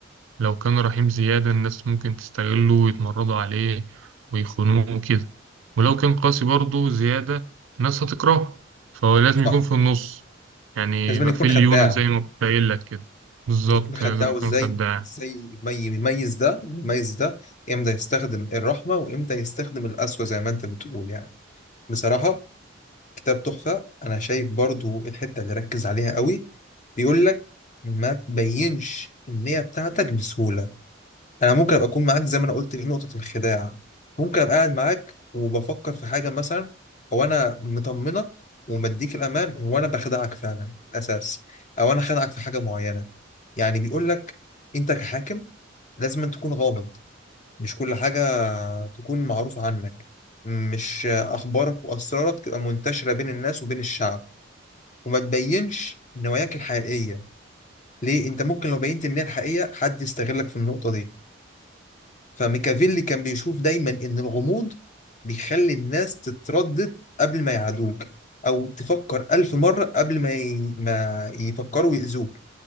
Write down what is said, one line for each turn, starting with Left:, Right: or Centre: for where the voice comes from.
Right: لو كان رحيم زيادة الناس ممكن تستغله ويتمردوا عليه ويخونوه وكده ولو كان قاسي برضه زيادة الناس هتكرهه فهو لازم
Left: صح
Right: يكون في النص يعني
Left: لازم
Right: يبقى
Left: يكون
Right: في
Left: خداع
Right: ليونة زي ما كنت قايل لك كده بالظبط
Left: بيكون خداع
Right: لازم
Left: وإزاي
Right: يكون خداع
Left: إزاي يمي- يميز ده يميز ده إمتى يستخدم الرحمة وإمتى يستخدم القسوة زي ما أنت بتقول يعني بصراحة كتاب تحفة أنا شايف برضو الحتة اللي ركز عليها قوي بيقول لك ما تبينش النية بتاعتك بسهولة أنا ممكن أبقى أكون معاك زي ما أنا قلت في نقطة الخداع ممكن أبقى قاعد معاك وبفكر في حاجة مثلا أو أنا مطمنك ومديك الأمان وأنا بخدعك فعلا في الأساس أو أنا خدعك في حاجة معينة يعني بيقول لك أنت كحاكم لازم أن تكون غامض مش كل حاجة تكون معروفة عنك مش أخبارك وأسرارك تبقى منتشرة بين الناس وبين الشعب وما تبينش نواياك الحقيقية ليه انت ممكن لو بينت ان هي الحقيقية حد يستغلك في النقطة دي فميكافيلي كان بيشوف دايما ان الغموض بيخلي الناس تتردد قبل ما يعادوك او تفكر ألف مرة قبل ما ي... ما يفكروا يأذوك